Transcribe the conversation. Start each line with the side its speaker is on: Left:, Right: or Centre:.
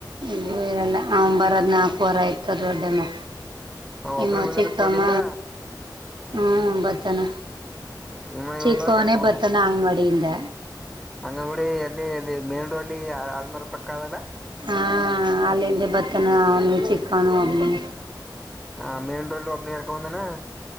Right: ಇಬ್ಬರು ಇರಲ್ಲ ಅವ ಬರದು ನಾಲ್ಕ ವರೆ ಆಯ್ತದ ದೊಡ್ಡನಾ.
Centre: ಒಬ್ಬನೇ
Right: ಇವ
Centre: ಬಂದನ
Right: ಚಿಕ್ಕಮ್ಮ.
Centre: ಸ್ಕೂಲಿಂದ
Right: ಹ್ಮ್ ಬರತನ
Centre: ಇಮ್ಮ ಇವ
Right: ಚಿಕ್ಕವನೇ
Centre: ಇವನ್ ಮೇಲೆ ಕರ್ಕೊ ಬರ್ಬೇಕು
Right: ಬರ್ತನ ಅಂಗನವಾಡಿಲಿಂದ.
Centre: ಅಂಗನಗುಡಿ ಎಲ್ಲಿ ಅಲ್ಲಿ ಮೇನ್ ರೋಡ್ ಆಲ್ಮಾರ ಪಕ್ಕ ಅದಲ್ಲ.
Right: ಹಾ ಅಲ್ಲಿಂದ ಬತ್ತನ ಅವನು ಚಿಕ್ಕನು ಒಬ್ನೆ.
Centre: ಹಂ ಮೈನ್ ರೋಡ್ಲ ಒಬ್ನೆ ಇಳ್ಕ ಬಂದೊನೆ.